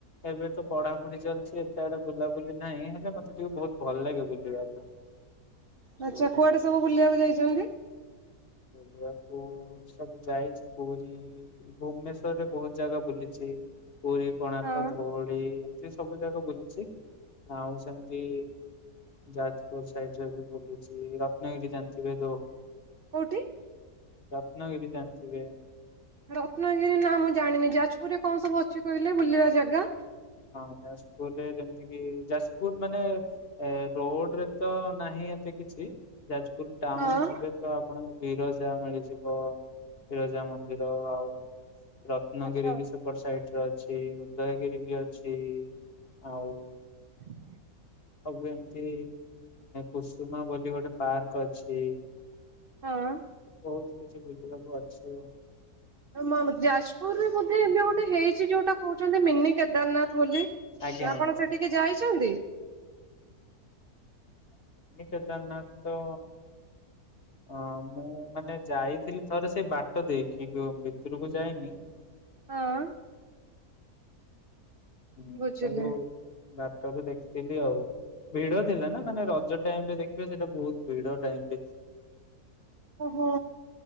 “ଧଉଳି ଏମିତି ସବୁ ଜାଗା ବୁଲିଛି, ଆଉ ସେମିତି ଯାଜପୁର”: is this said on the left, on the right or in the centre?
Left